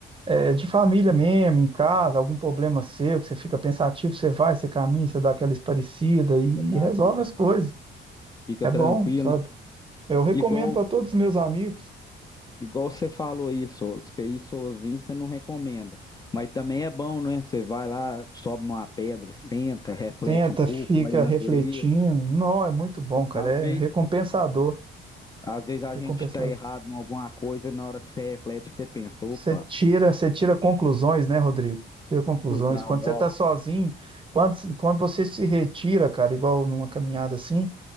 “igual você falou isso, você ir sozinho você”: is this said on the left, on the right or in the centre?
Left